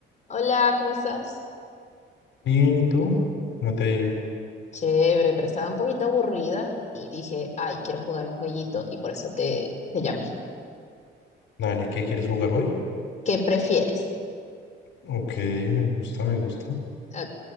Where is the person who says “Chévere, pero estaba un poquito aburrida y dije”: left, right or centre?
Left